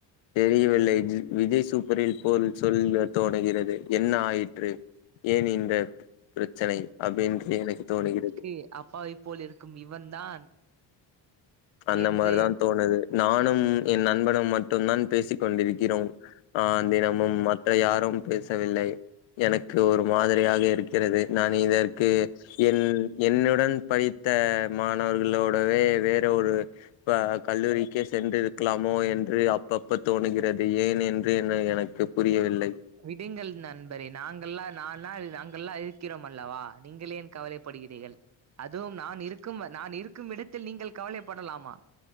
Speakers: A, on the left (about 75°); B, on the right (about 35°).
A: தெரியவில்லை ஜி விஜய் சூப்பரில் போல் சொல்ல தோணுகிறது என்ன ஆயிற்று ஏன் இந்த பிரச்சனை அப்டின் எனக்கு தோணுகிறது
B: ஏ அப்பாவி போல் இருக்கும் இவன் தான்
A: இப்ப அந்த
B: என்று
A: மாரி தா தோணுது நானும் என் நண்பனும் மட்டும் தான் பேசிக் கொண்டிருக்கிறோம் ஆ தினமும் மற்ற யாரும் பேசவில்லை எனக்கு ஒரு மாதிரியாக இருக்கு க்கிறது நான் இதற்கு என் என்னுடன் படித்த மாணவர்களோடவே வேற ஒரு ப்ப கல்லூரிக்கே சென்றிருக்கலாமோ என்று அப்பப்ப தோணுகிறது ஏன் என்று என்ன எனக்கு புரியவில்லை
B: விடுங்கள் நண்பரே நாங்கள்லா நாலா நாங்கள்லா இருக்கிறோம் அல்லவா நீங்கள் ஏன் கவலைப்படுகிறிகள் அதுவும் நான் இருக்கும் நான் இருக்கும் இடத்தில் நீங்கள் கவலைப்படலாமா